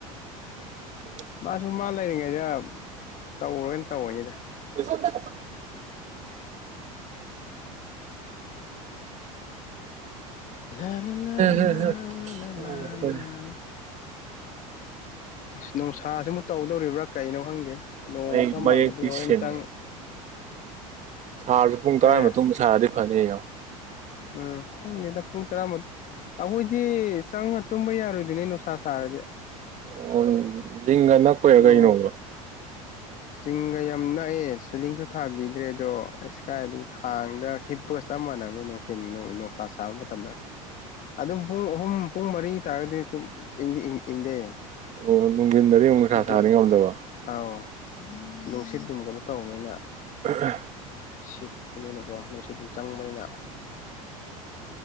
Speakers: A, on the right; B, on the left.
A: <unintelligible>
B: ꯃꯥꯁꯨ ꯃꯥ ꯂꯩꯔꯤꯉꯩꯗ ꯇꯧꯔꯣꯏꯅ ꯇꯧꯅꯤꯗ
A: <unintelligible>
B: <unintelligible>
A: ꯍꯦ ꯍꯣꯏ ꯍꯣꯏ
B: ꯅꯨꯡꯁꯥꯁꯤꯃ ꯇꯧꯗꯧꯔꯤꯕ꯭ꯔꯥ ꯀꯩꯅꯣ ꯈꯪꯗꯦ ꯅꯣꯡ
A: ꯃꯌꯦꯛ
B: ꯈ
A: ꯃꯌꯦꯛꯇꯤ
B: ꯃꯥꯡꯉꯗꯤ ꯍꯣꯔꯦꯟ
A: ꯁꯦꯡꯉꯦ
B: ꯆꯥꯡ
A: ꯁꯥꯔꯁꯨ ꯄꯨꯡ ꯇꯔꯥꯒꯤ
B: ꯀꯔꯤ
A: ꯃꯇꯨꯡ ꯁꯥꯔꯗꯤ ꯐꯅꯤ
B: ꯎꯝ ꯈꯪꯗꯦꯗ ꯄꯨꯡ ꯇꯔꯥꯃꯥꯊꯣꯏ ꯑꯩꯈꯣꯏꯗꯤ ꯆꯪꯉ ꯇꯨꯝꯕ ꯌꯥꯔꯣꯏꯗꯣꯏꯅꯦ ꯅꯨꯡꯁꯥ ꯁꯥꯔꯗꯤ
A: ꯑꯣ ꯖꯤꯡꯒ ꯅꯛꯄꯔ
B: ꯅꯣꯡ
A: ꯀꯩꯅꯣꯕ
B: ꯆꯤꯡꯒ ꯌꯥꯝ ꯅꯛꯑꯦ ꯁꯤꯂꯤꯡꯁꯨ ꯊꯥꯕꯤꯗ꯭ꯔꯦ ꯑꯗꯣ ꯏꯁꯀꯥꯏꯗꯒꯤ ꯈꯥꯡꯗ ꯍꯤꯞꯄ ꯆꯞ ꯃꯥꯟꯅꯕꯅ ꯊ ꯣꯁꯥꯔ ꯁꯥꯕ ꯃꯇꯝꯗ ꯑꯗꯨꯝ ꯄꯨꯡ ꯑꯍꯨꯝ ꯄꯨꯡ ꯃꯔꯤ ꯇꯥꯔꯒꯗꯤ ꯄ ꯏꯪꯡ ꯏꯪꯡ ꯏꯪꯗꯦ
A: ꯑꯣ ꯅꯨꯡꯊꯤꯟꯗꯗꯤ ꯑꯃꯨꯛ ꯅꯨꯡꯁꯥ
B: ꯍꯥꯏꯗꯤ
A: ꯁꯥꯔꯤ ꯉꯝꯗꯕ
B: ꯑꯥꯎ ꯅꯨꯡꯁꯤꯠ ꯑꯗꯨꯝꯒꯅꯣ ꯇꯧꯕꯅꯤꯅ
A: <unintelligible>
B: ꯁꯠꯄꯅꯤꯅꯀꯣ ꯅꯨꯡꯁꯤ ꯑꯗꯨꯝ ꯆꯪꯕꯅꯤꯅ